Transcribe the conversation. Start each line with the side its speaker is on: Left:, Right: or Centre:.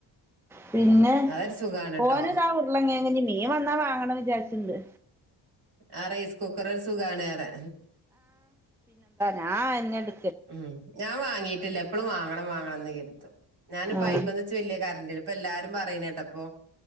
Centre: പിന്നെ
Right: അതൊരു സുഖാണ് ട്ടോ
Centre: ഓനിതാ ഉരളങ്ങ <unintelligible> മീൻ വന്നാ വാങ്ങണവിചാരിച്ച്ന്ന്
Right: ആഹ് റൈസ് കുക്കറ് ഒരു സുഖണറെ
Centre: ആഹ് അന്യട്
Right: ഉം ഞാൻ വാങ്ങീയിട്ടില്ല എപ്പളും വാങ്ങണം വാങ്ങണ ന്ന്കെരുതും ഞാനിപ്പോ
Centre: ആഹ്
Right: ഐമെന്ന് <unintelligible> പ്പ എല്ലാരും പറയ്ന്നട്ടപ്പോ